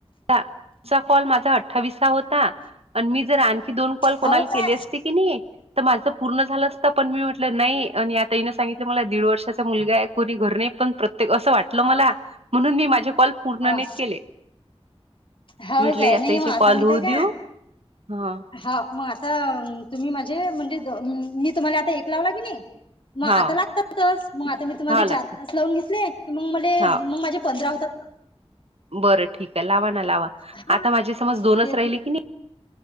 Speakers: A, on the right; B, on the left.
A: तुचा कॉल माझा अठ्ठावीस होता. आणि मी जर आणखी दोन कॉल कोणाला
B: हो काय
A: केले असते की नाही, तर माझ पूर्ण झालं असता पण मी म्हटलं नाही आणि, ताईने सांगितलं मला दीड वर्षाचा मुलगा आहे कोणी घर नाही पण प्र- ते असं वाटलं
B: हा
A: मला म्हणून मी माझे कॉल पूर्ण
B: हा
A: नाही त केले.
B: हो
A: म्हटलं
B: काय
A: या
B: नाही
A: ताईच्या
B: मग आता
A: कॉल
B: माहित
A: होऊ
B: का
A: देऊ हा
B: ह- मग आता तुम्ही माझे म्हणजे मी तुम्हाला आता एक लावला की नाही. मग
A: हा
B: आता लागतातच मग आता मी तुम्हा
A: हा लागत
B: चार पाच लावून घेतले. की मग मले
A: हा
B: मग माझे पंधरा होतात.
A: बरं ठीक आहे लावा ना लावा
B: हा
A: आता माझी समज दोनच
B: तेच
A: राहिली की नाही.